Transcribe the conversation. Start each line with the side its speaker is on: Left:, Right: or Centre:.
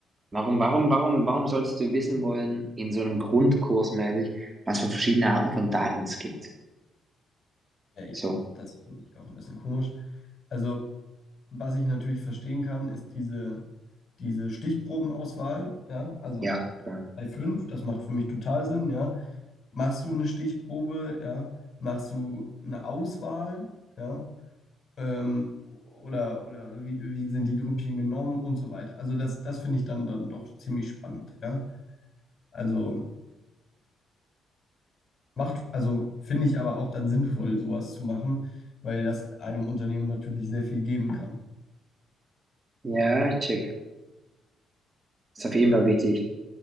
Right: Warum, warum, warum, warum solltest du wissen wollen, in so einem Grundkurs mäßig, was für verschiedene Arten von Daten es gibt?
Left: Ja, ja,
Right: So,
Left: das finde ich auch ein bisschen komisch. Also, was ich natürlich verstehen kann, ist diese, diese Stichprobenauswahl. Ja, also
Right: ja, klar.
Left: bei fünf, das macht für mich total Sinn, ja. Machst du eine Stichprobe, ja? Machst du eine Auswahl, ja? Ähm, oder oder wie, wie sind die Grüppchen genommen und so weiter. Also das, das finde ich dann, dann doch ziemlich spannend, ja. Also macht, also finde ich aber auch dann sinnvoll, sowas zu machen, weil das einem Unternehmen natürlich sehr viel geben kann.
Right: Ja, check. Ist auf jeden Fall wichtig.